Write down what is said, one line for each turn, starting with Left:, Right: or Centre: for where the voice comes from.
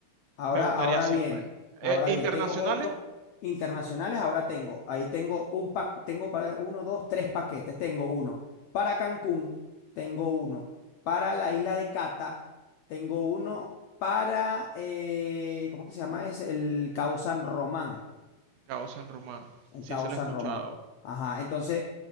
Left: Ahora,
Right: me gustaría
Left: ahora
Right: así,
Left: bien,
Right: pues.
Left: ahora
Right: Eh, internacionales,
Left: bien, tengo otros internacionales, ahora tengo, ahí tengo un paquete, tengo para uno, dos, tres paquetes, tengo uno para Cancún, tengo uno para la isla de Cata, tengo uno para, eh, ¿cómo que se llama ese? El Cabo San Román,
Right: Cabo San Román,
Left: el
Right: si
Left: Cabo
Right: ese lo
Left: San
Right: he escuchado.
Left: Román. Ajá, entonces,